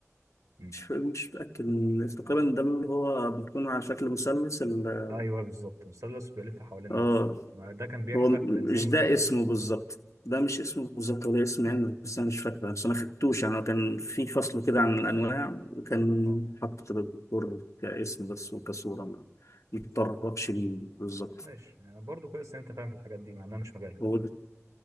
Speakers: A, on the right; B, on the left.
A: مم.
B: مش مش متأكد من- تقريبا ده اللي هو بيكون على شكل مثلث ال-
A: ايوه بالظبط مثلث بيلف حوالين
B: اه
A: نفسه ما ده كان بيحرق
B: هو مش
A: بنزين وزيت
B: ده اسمه بالظبط ده مش اسمه بالظبط ولا اسم يعني بس انا مش فاكره بس انا خدتوش يعني هو كان في فصل كده عن الانواع وكان
A: اه
B: حاطط كده الدكتور كاسم بس وكصوره ما متطربش ليه بالظبط
A: ماشي يعني برضه كويس ان انت فاهم في الحاجات دي مع انها مش مجالك
B: هو